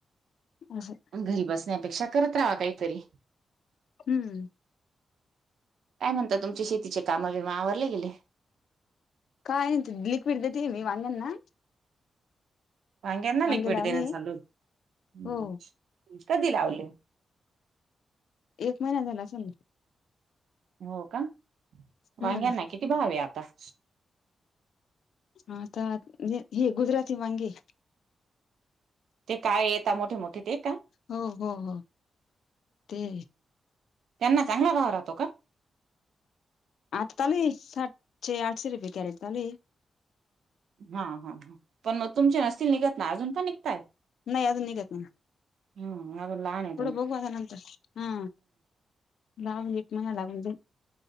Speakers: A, on the left (about 75°); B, on the right (about 85°).
A: असं
B: आणि घरी बसण्यापेक्षा करत रावा काहीतरी
A: हम्म.
B: काय म्हणता? तुमचे शेतीचे काम बीम आवरले गेले.
A: काय नाही लिक्विड देते मी वांगण ना?
B: वांग्यांना लिक्विड
A: वांगे लावले
B: देण्या चालू हम्म.
A: हो
B: कधी लावले?
A: एक महिना झाला असल ना.
B: हो का. वांग्यांना
A: हम्म
B: किती भावे आता?
A: आता हे गुजराती वांगी.
B: ते काय येत मोठे मोठे ते का?
A: हो हो हो ते
B: त्यांना चांगला भाव राहतो का?
A: आत्ताली सातशे, आठशे रुपये कॅरेट चालू है.
B: हा हा हा. पण मग तुमचे नसतील निघत ना अजून पण निघतय?
A: नाही अजून निघत नाही.
B: हम्म. अजून लहान ये.
A: थोडं बघू आता नंतर हा लागून एक महिना लागून जा